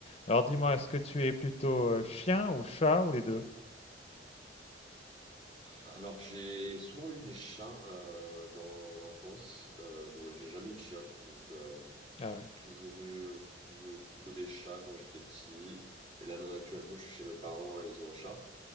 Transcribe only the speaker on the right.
Alors, j'ai souvent eu des chats euh, dans l'enfance, euh, donc j'ai jamais eu de chien. Donc, euh,
j'ai
toujours eu plus- plutôt des chats quand j'étais petit. Et là, même actuellement, je suis chez mes parents et ils ont un chat.